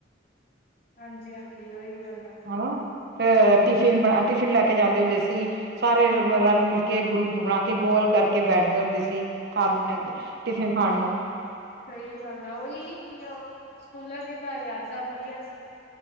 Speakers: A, on the left; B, on the right.
A: ਹਾਂਜੀ-ਹਾਂਜੀ ਉਹੀ ਗੱਲ ਆ।
B: ਹਨਾ ਫ
A: ਸਹੀ
B: ਟਿਫਿਨ ਬ ਟਿਫਿਨ ਟਿਫਿਨ ਲੈਕੇ ਜਾਂਦੇ ਹੁੰਦੇ ਸੀ। ਸਾਰੇ ਰਲ- ਮਿਲ ਕੇ ਗਰੁੱਪ ਬਣਾ ਕੇ ਗੋਲ ਕਰਕੇ ਬੈਠਦੇ ਹੁੰਦੇ ਸੀ। ਖਾਂ ਅਗੇ ਟਿਫਿਨ ਖਾਣ ਨੂੰ
A: ਸਹੀ ਗੱਲ ਆ ਉਹੀ <inaudible> ਸਕੂਲਾਂ ਦੀ ਤਾਂ ਯਾਦਾਂ ਵਧਿਆਂ ਸੀਗਿਆਂ